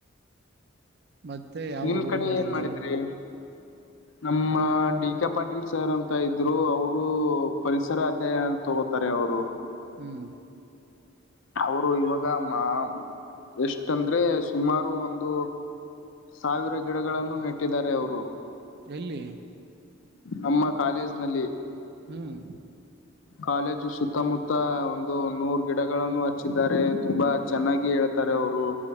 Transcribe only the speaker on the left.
ನಿಮ್
ಕಡೆ ಏನ್ ಮಾಡಿದ್ರಿ. ನಮ್ಮ ಡಿ ಕೆ ಪಾಟೀಲ್ ಸರ್ ಅಂತ ಇದ್ರು ಅವರು ಪರಿಸರ ಅಧ್ಯಾಯ. ತಗೋತಾರೆ ಅವ್ರು.
ಅವರು ಇವಾಗ ಮಾಮ್ ಎಷ್ಟ ಅಂದ್ರೆ ಸುಮಾರು ಒಂದು. ಸಾವಿರ ಗಿಡಗಳನ್ನು ನೆಟ್ಟಿದ್ದಾರೆ ಅವರು.
ನಮ್ಮ ಕಾಲೇಜ್ ನಲ್ಲಿ.
ಕಾಲೇಜು ಸುತ್ತಮುತ್ತ ಒಂದು ನೂರ್ ಗಿಡಗಳನ್ನು ಹಚ್ಚಿದ್ದಾರೆ ತುಂಬಾ ಚೆನ್ನಾಗಿ ಹೇಳ್. ತಾರೆ ಅವರು